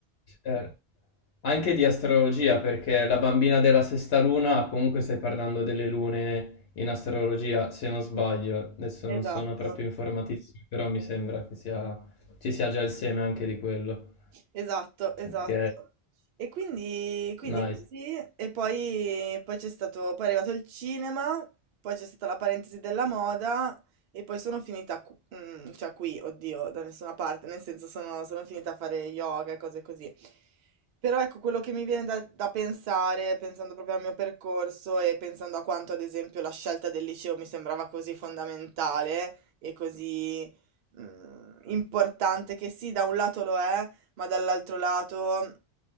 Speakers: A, on the left; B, on the right.
A: certo. Anche di astrologia, perché la bambina della sesta luna, comunque stai parlando delle lune in astrologia, se non sbaglio. Adesso non
B: Esatto.
A: sono proprio informatissimo, però mi sembra che sia, ci sia già il seme anche di quello.
B: Esatto, esatto.
A: Ok,
B: E quindi, quindi
A: nice.
B: così, e poi, poi c'è stato, poi è arrivato il cinema, poi c'è stata la parentesi della moda e poi sono finita, cu- mm, cioè qui, oddio, da nessuna parte, nel senso sono, sono finita a fare yoga e cose così. Però ecco, quello che mi viene da, da pensare, pensando proprio al mio percorso e pensando a quanto, ad esempio, la scelta del liceo mi sembrava così fondamentale e così, mm, importante, che sì, da un lato lo è ma dall'altro lato